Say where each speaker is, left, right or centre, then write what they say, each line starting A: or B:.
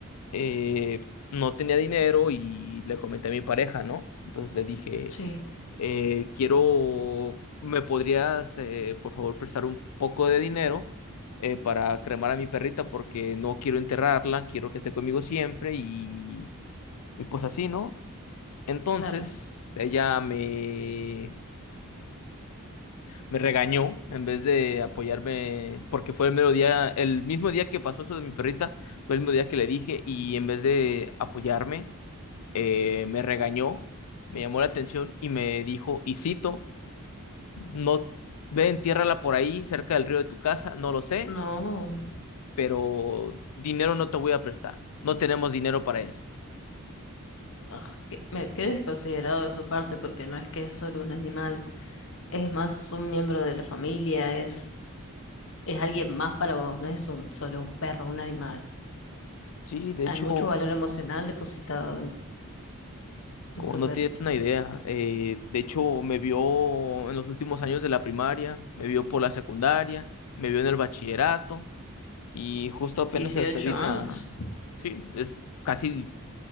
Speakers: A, on the left; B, on the left.
A: eh, no tenía dinero y le comenté a mi pareja, ¿no? Entonces le dije,
B: Sí,
A: eh, quiero, ¿me podrías, eh, por favor, prestar un poco de dinero eh, para cremar a mi perrita porque no quiero enterrarla, quiero que esté conmigo siempre y, y pues así, ¿no? Entonces
B: claro.
A: ella me... Me regañó en vez de apoyarme, porque fue el mero día, el mismo día que pasó eso de mi perrita, fue el mismo día que le dije, y en vez de apoyarme, eh, me regañó, me llamó la atención y me dijo, y cito, no ve, entiérrala por ahí, cerca del río de tu casa, no lo sé,
B: No,
A: pero dinero no te voy a prestar, no tenemos dinero para eso.
B: ah, que- me quedé desconsiderado de su parte porque no es que es solo un animal, es más un miembro de la familia, es, es alguien más para vos, no es un, solo un perro, un animal.
A: Sí, de hecho,
B: Hay mucho valor emocional depositado
A: como
B: tu
A: no
B: perrito.
A: tienes una idea, eh, de hecho me vio en los últimos años de la primaria, me vio por la secundaria, me vio en el bachillerato y justo apenas
B: dieciocho
A: hasta ahorita,
B: años.
A: sí, es casi